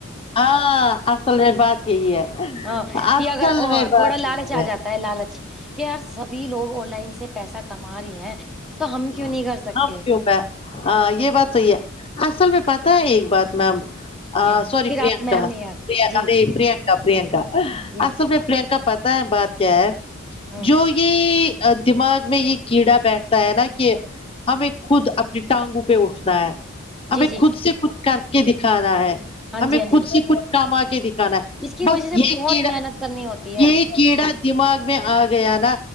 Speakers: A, on the left (about 25°); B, in the centre.
A: ہاں اصل میں بات یہی ہے
B: ہاں کہ
A: اصل
B: اگر
A: میں بات
B: تھوڑا لالچ
A: ہی
B: آ
A: ہے
B: جاتا ہے لالچ کہ یار سبھی لوگ آن لائن سے پیسہ کما رہے ہیں تو ہم
A: <unintelligible>
B: کیوں نہیں کر سکتے
A: ہاں یہ بات صحیح ہے اصل میں پتاہ ہے ایک بات میم آ
B: جی
A: سوررے
B: پھر
A: پررینکا
B: آپ میم نہیں آ
A: پریہ
B: جی
A: ارے پرینک پرینکا
B: جی
A: اصل میں پرینکا پتہ ہے بات کیا ہے
B: ہوں
A: جو ی یہ ا دماغ میں یہ کیڑا بیٹھتا ہے نا کہ ہمیں خود اپنی ٹانگوں پہ اٹھنا ہے
B: جی
A: ہمیں
B: جی
A: خود سے خود کر کے دکھانا ہے
B: ہاں
A: ہمیں
B: جی ہاں
A: خود
B: جی
A: سے کچھ کما کے دکھانا
B: اس کی
A: بس
B: وجہ سے
A: یہ
B: بہت
A: کیڑا
B: محنت کرنی ہوتی ہے
A: یہ کیڑا دماغ میں آ گیا نا